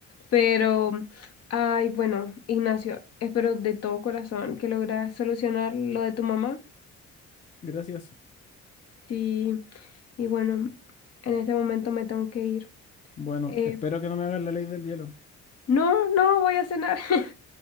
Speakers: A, on the left (about 55°); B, on the left (about 25°).
A: Pero, ay, bueno, Ignacio, espero de todo corazón que logres solucionar lo de tu mamá.
B: Gracias.
A: Sí, y bueno, en este momento me tengo que ir.
B: Bueno,
A: Eh,
B: espero que no me hagas la ley del hielo.
A: no, no, voy a cenar. <laughs>